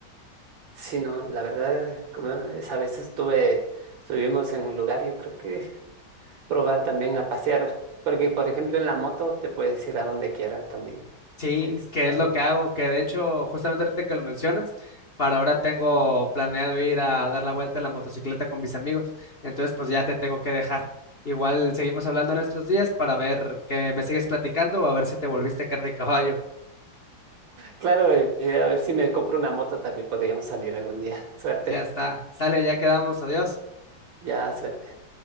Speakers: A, on the right (about 75°); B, on the left (about 35°).
A: Sí, no, la verdad, como esa vez estuve, estuvimos en un lugar, yo creo que probar también a pasear, porque por ejemplo en la moto te puedes ir a donde quieras también.
B: Sí,
A: Es
B: que
A: también
B: es lo que hago, que de hecho, justamente ahorita que lo mencionas, para ahora tengo planeado ir a dar la vuelta en la motocicleta con mis amigos. Entonces, pues ya te tengo que dejar. Igual seguimos hablando en estos días para ver que me sigues platicando o a ver si te volviste a caer de caballo.
A: Claro, eh, eh, a ver si me compro una moto también podríamos salir algún día. Suerte,
B: Ya está, sale, ya quedamos, adiós.
A: ya suerte.